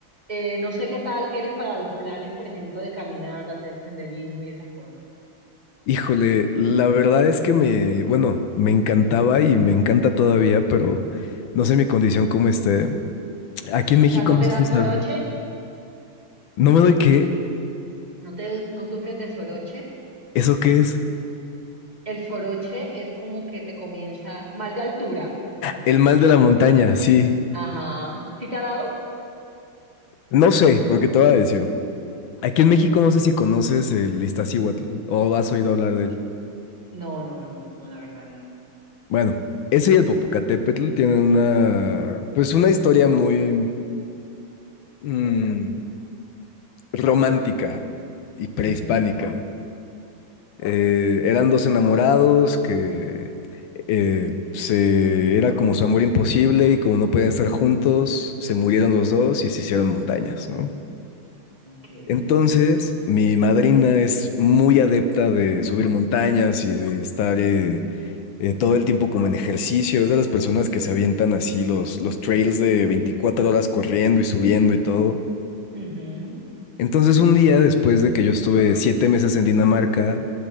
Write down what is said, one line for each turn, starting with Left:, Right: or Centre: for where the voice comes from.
Right: Eh, no sé qué tal eres para los planes, por ejemplo, de caminar, de hacer senderismo y esas cosas.
Left: Híjole, la verdad es que me, bueno, me encantaba y me encanta todavía, pero no sé mi condición cómo esté. Aquí en México
Right: O sea, ¿no
Left: no
Right: te
Left: sé
Right: da
Left: si sabe.
Right: soroche?
Left: ¿No me doy qué?
Right: ¿No te, no sufres de soroche?
Left: ¿Eso qué es?
Right: El soroche es como que te comienza mal de altura. Es-
Left: El mal de la montaña, sí.
Right: Ajá. ¿Sí te ha dado?
Left: No sé, porque te voy a decir. Aquí en México no sé si conoces el Iztaccíhuatl o has oído hablar de él.
Right: No, no, no, no, la verdad no.
Left: Bueno, ese y el Popocatépetl tienen una, pues una historia muy mm, romántica y prehispánica.
Right: Ujú,
Left: Eh, eran dos enamorados que eh, se era como su amor imposible y como no podían estar juntos, se murieron los dos y se hicieron montañas, ¿no?
Right: Ok.
Left: Entonces, mi madrina es muy adepta de subir montañas y de estar eh, eh, todo el tiempo como en ejercicio. Es de las personas que se avientan así los, los trails de 24 horas corriendo y subiendo y todo.
Right: Ujú,
Left: Entonces, un día después de que yo estuve siete meses en Dinamarca,